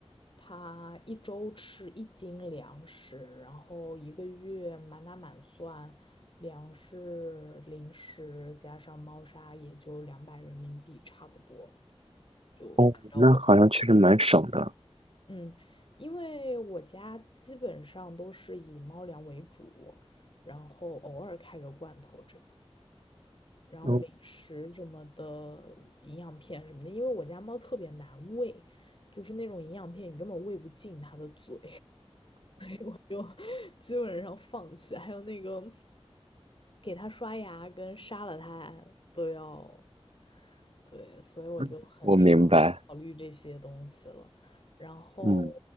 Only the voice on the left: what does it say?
它一周吃一斤粮食，然后一个月满打满算，粮食、零食加上猫砂也就两百人民币差不多了。就按照我
嗯，因为我家基本上都是以猫粮为主，然后偶尔开个罐头这样，然后零食什么的，
营养片什么的，因为我家猫特别难喂，就是那种营养片你根本喂不进它的嘴，<laughs> 就基本上放弃。还有那个给它刷牙跟杀了它都要。对，所以我就很少
考虑这些东西了。然后